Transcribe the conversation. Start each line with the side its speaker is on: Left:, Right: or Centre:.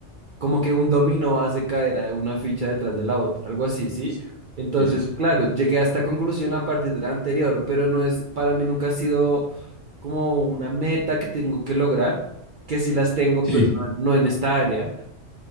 Right: como que un dominó hace caer a una ficha detrás de la otra, algo así, ¿sí?
Left: Sí,
Right: Entonces,
Left: sí, sí, sí.
Right: claro, llegué a esta conclusión a partir de la anterior, pero no es, para mí nunca ha sido como una meta que tengo que lograr, que sí las tengo,
Left: Sí,
Right: pero no, no en esta área.